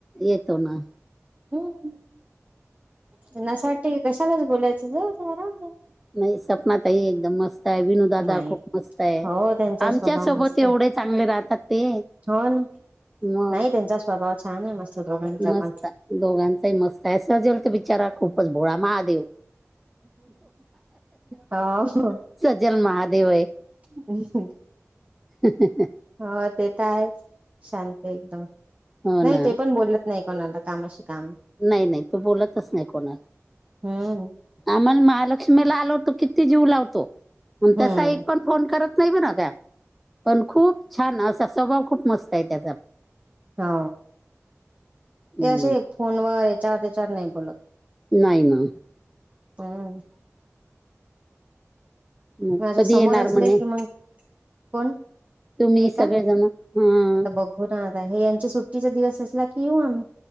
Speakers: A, in the centre; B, on the right (about 25°).
A: येतो ना.
B: हो! त्यांना असं वाटतं की कशालाच बोलायचं जाऊद्या राहुद्या.
A: नाही सपना ताई एकदम मस्त आहे विणून. दादा
B: नाही
A: खूप मस्त आहे,
B: हो त्यांचा
A: आमच्या
B: स्वभाव
A: सोबत
B: मस्त
A: एवढे
B: आहे
A: चांगले राहतात ते.
B: हो ना
A: मग
B: नाही त्यांचा स्वभाव छान आहे, मस्त दोघांचा
A: मस्त
B: पण.
A: दोघांचाही मस्त आहे, सजेल तर बिचारा खूपच भोळा महादेव.
B: हो
A: सजेल महादेव आहे.
B: <inaudible>
A: <inaudible>
B: हो ते त आहेच शांत एकदम
A: हो ना
B: नही ते पण. बोलत नाही कोणाला कामाशी काम.
A: नाही नाही तो बोलतच नाही कोणाला
B: हम्म
A: आम्हाला महालक्ष्मीला आल होतो किती जीव लावतो
B: हम्म
A: तसा एक पण फोन करत नाही बर का पण खूप छान असा स्वभाव खूप मस्त आहे त्याचा
B: हा
A: हम्म
B: ते असे फोन वर येचावर तेचावर नाही बोलत
A: नाही ना
B: हम्
A: मग
B: माझ्या
A: कधी
B: समोर
A: येणार
B: असले
A: म्हणे
B: कि मग कोण
A: तुम्ही
B: हे
A: सगळेजण
B: का
A: हा
B: आता बघू हो ना आता हे यांच्या सुट्टीचा दिवस असला की येऊ आम्ही